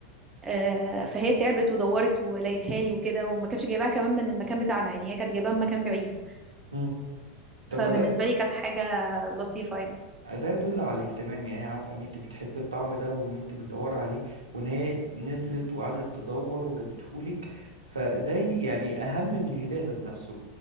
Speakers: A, on the right; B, on the right.
A: آه، فهي تعبت ودورت ولقيتها لي وكده وما كانتش جايباها كمان من المكان بتاعنا يعني هي كانت جايباها من مكان بعيد
B: مم. طب
A: فبالنسبة
B: ما ده
A: لي كانت حاجة لطيفة يعني
B: ده يدل على الاهتمام يعني عارفة ان انت بتحب الطعم ده وان انت بتدور عليه وان هي نزلت وقعدت تدور وجابتهولك فده يعني اهم من الهدية ذات نفسه